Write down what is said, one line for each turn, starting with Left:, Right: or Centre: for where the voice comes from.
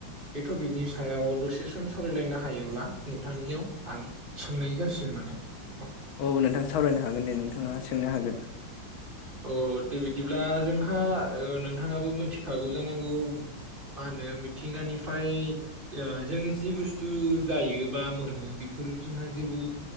Right: बे टपिकनि सायाव दसे सम सावरायलायनो हायोब्ला नोंथांनियाव आं सोंनाय जासिगोन माने नोंथां
Left: औ नोंथां सावरायनो हागोन दे नोंथाङा सोंनो हागोन
Right: अ बिदिब्ला जों नोंथाङा ओ नोंथाङाबो मिथिखागौ जानांगौ मा होनो मिथिंगानिफ्राय जों जेबुसथु जायो बा मोनो बेफोर जोंहा जेबो